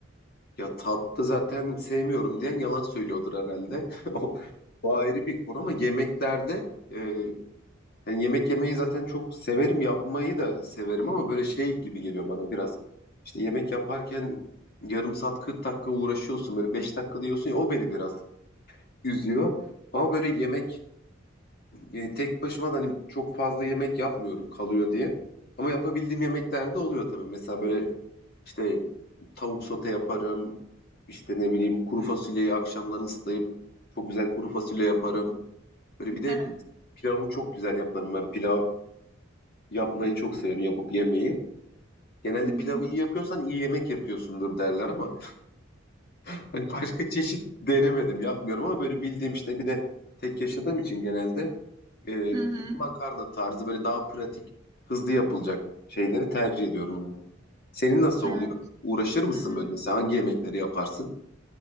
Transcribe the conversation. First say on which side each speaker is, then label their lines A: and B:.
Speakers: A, on the left; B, on the right.
A: ya tatlı zaten sevmiyorum diyen yalan söylüyordur herhalde. <laughs> O, o ayrı bir konu ama yemeklerde e, Yani yemek yemeyi zaten çok severim, yapmayı da severim ama böyle şey gibi geliyor bana biraz. İşte yemek yaparken yarım saat 40 dakika uğraşıyorsun böyle 5 dakika diyorsun ya o beni biraz üzüyor. Ama böyle yemek e, tek başıma da hani çok fazla yemek yapmıyorum kalıyor diye. Ama yapabildiğim yemekler de oluyor tabii. Mesela böyle işte tavuk sote yaparım. İşte ne bileyim kuru fasulyeyi akşamdan ıslayıp çok güzel kuru fasulye yaparım. Böyle
B: <laughs>
A: bir de pilavı çok güzel yaparım ben. Pilav Yapmayı çok severim, yapıp yemeği. Genelde
B: Hı hı.
A: pilavı iyi yapıyorsan iyi yemek yapıyorsundur derler ama <laughs> hani başka çeşit denemedim, yapmıyorum ama böyle bildiğim işte bir de tek yaşadığım için genelde e,
B: Hı hı.
A: makarna tarzı böyle daha pratik, hızlı yapılacak şeyleri tercih ediyorum ben. Senin nasıl
B: Evet.
A: oluyor? Uğraşır mısın
B: Hı hı.
A: böyle mesela hangi yemekleri yaparsın?